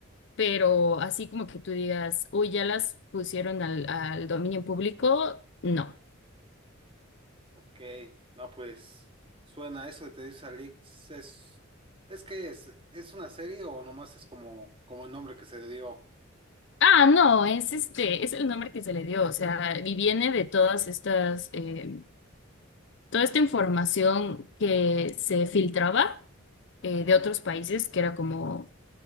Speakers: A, on the left; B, on the right.
A: pero así como que tú digas, uy, ya las pusieron al, al dominio público, no.
B: Ok, no, pues suena eso de Te dice Alix, es, es que es, es una serie o nomás es como, como el nombre que se dio,
A: Ah, no, es este, es el nombre que se le dio. O sea, y viene de todas estas, eh, toda esta información que se filtraba eh, de otros países, que era como